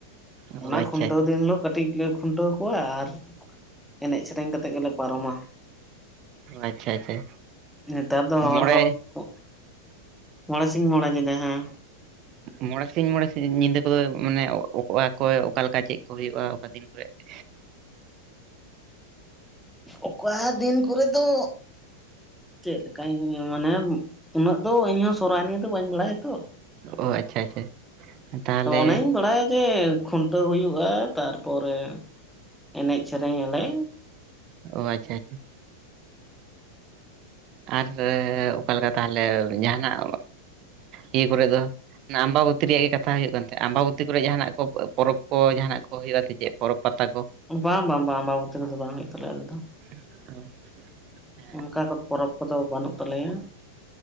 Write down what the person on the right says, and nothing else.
ᱚ
ᱟᱪᱪᱷᱟ
ᱟᱪᱪᱷᱟ ᱟᱪᱪᱷᱟ᱾
ᱢᱚᱬᱮ
ᱢᱚᱸᱬᱮ ᱥᱤᱧ ᱢᱚᱸᱬᱮ ᱥᱤ-ᱥᱤᱧ ᱧᱤᱫᱟᱹ ᱠᱚᱫᱚ ᱢᱟᱱᱮ ᱚᱠ-ᱟ <unintelligible> ᱚᱠᱚᱭ ᱚᱠᱟᱞᱮᱠᱟ ᱪᱮᱫ ᱠᱚ ᱦᱳᱭᱳᱜᱼᱟ, ᱚᱠᱟ ᱫᱤᱱ ᱠᱚᱨᱮᱜ? <inaudible>
ᱚ ᱟᱪᱪᱷᱟ ᱟᱪᱪᱷᱟ᱾ ᱛᱟᱦᱚᱞᱮ
ᱳ ᱟᱪᱪᱷᱟ ᱟᱪᱪᱷᱟ᱾ ᱟᱨ ᱚᱠᱟᱞᱮᱠᱟ ᱛᱟᱦᱞᱮ ᱡᱟᱦᱟᱱᱟᱜ ᱤᱭᱟᱹ ᱠᱚᱨᱮ ᱫᱚ ᱟᱱᱟ ᱟᱢᱵᱟᱵᱩᱛᱤ ᱨᱮᱭᱟᱜ ᱜᱮ ᱠᱟᱛᱷᱟ ᱦᱩᱭᱩᱜ ᱠᱟᱱ ᱛᱟᱦᱮᱜ ᱟᱢᱵᱟᱵᱩᱛᱤ ᱠᱚᱨᱮ ᱡᱟᱦᱟᱱᱟᱜ ᱠᱚ ᱯᱚᱨᱚᱵᱽ ᱠᱚ ᱡᱟᱦᱟᱱᱟᱜ ᱠᱚ ᱦᱳᱭᱳᱜᱼᱟ ᱥᱮ ᱪᱮᱫ ᱯᱚᱨᱚᱵᱽ ᱯᱟᱛᱟ ᱠᱚ᱾
ᱚ᱾